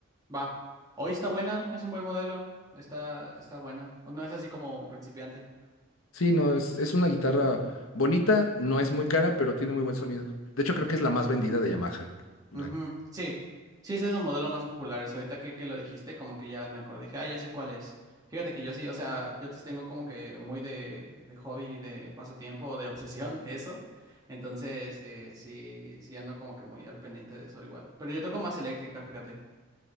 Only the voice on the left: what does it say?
Sí, no, es, es una guitarra bonita, no es muy cara, pero tiene muy buen
sonido. De hecho, creo que es la más vendida de Yamaha. La-